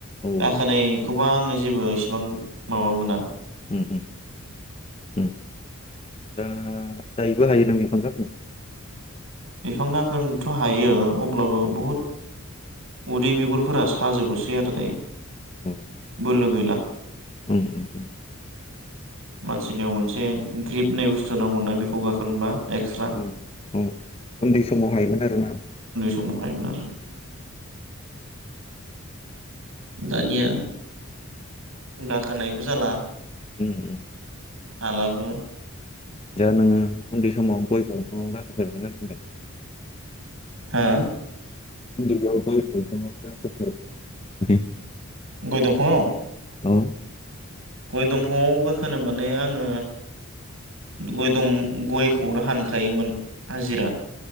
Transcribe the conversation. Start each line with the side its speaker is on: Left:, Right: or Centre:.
Left: औ
Right: गाखोनायखौबा आङो जेबो इसेबां माबा मोना
Left: उम उम उम दा दायोबो हायो नों बिफां गाखो
Right: बिफां गाखोनो थ' हायो अब्लाबो बहुद उदै बिगुरफोरा साजोबोसै आरो दायो
Left: औ
Right: बोलो गैला
Left: उम
Right: मानसिनियाव मोनसे ग्रिब होननाय बुस्थु नांगौना बेखौ गाखोनोबा एक्सट्रा
Left: औ औ उन्दै समाव हायोमोन आरोना
Right: सम हायो मोन आरो दानिया गाखोनायबो जाला
Left: उम
Right: हालाबो
Left: दा नोङो उन्दै समाव गय बिफांयाव गाखोफेरदों ना गाखो फेराखै
Right: हा
Left: <unintelligible>
Right: गय दंफांङाव
Left: औ
Right: गय दंफाङाव गाखोनो माने आङो गय दं गयखौनो हानखायोमोन हाजिरा